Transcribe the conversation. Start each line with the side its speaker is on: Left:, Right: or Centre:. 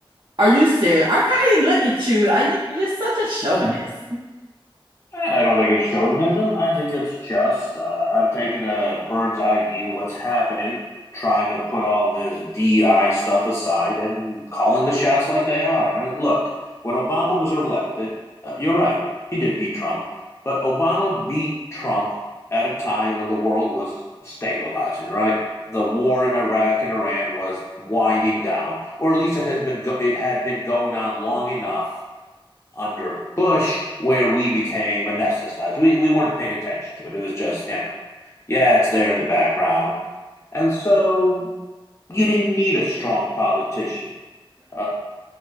Right: are you serious? I can Arkady, look at you. Are you, you're such a chauvinist.
Left: I don't think it's chauvinism. I think it's just uh, I'm taking a bird's eye view of what's happening, trying to put all this DI stuff aside and calling the shots like they are. I mean, look, when Obama was elected, uh, you're right, he did beat Trump, but Obama beat Trump at a time when the world was stabilizing, right? The war in Iraq and Iran was winding down, or at least it has been go- it had been going on long enough under Bush where we became anesthetized. We, we weren't paying attention to it. It was just, you know, yeah, it's there in the background. And so you didn't need a strong politician. Uh,